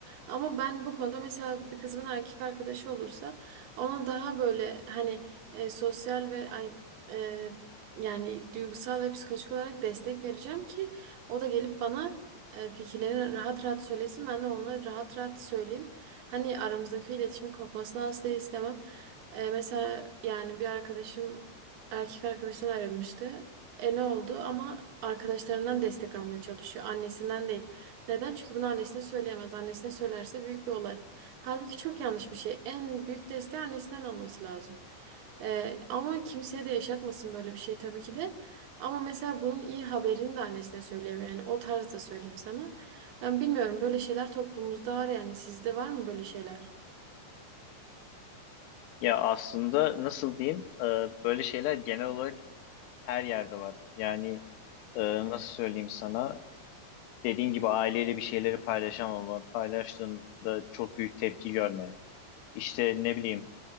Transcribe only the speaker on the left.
Ya aslında nasıl diyeyim? Ee, böyle şeyler genel olarak her yerde var. Yani e, nasıl söyleyeyim sana? dediğin gibi aileyle bir şeyleri paylaşamama, paylaştığında çok büyük tepki görme, işte ne bileyim